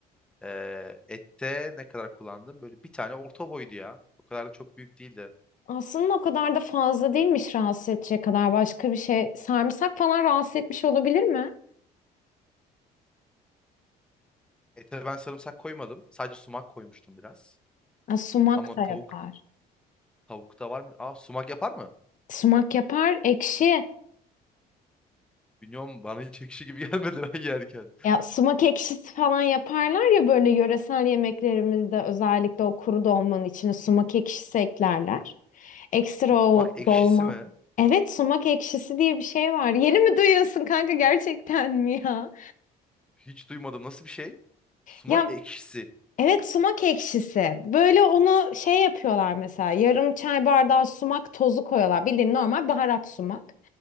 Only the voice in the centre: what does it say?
eee, ette ne kadar kullandım? Böyle bir tane orta boydu ya. O kadar da çok büyük değildi.
Ete ben sarımsak koymadım. Sadece sumak koymuştum biraz.
Ama
tavuk
tavukta var mı? Aa sumak yapar mı?
Bilmiyorum bana hiç ekşi gibi <laughs> gelmedi ben yerken.
Sumak ekşisi
mi?
Hiç duymadım. Nasıl bir şey? Sumak
ekşisi.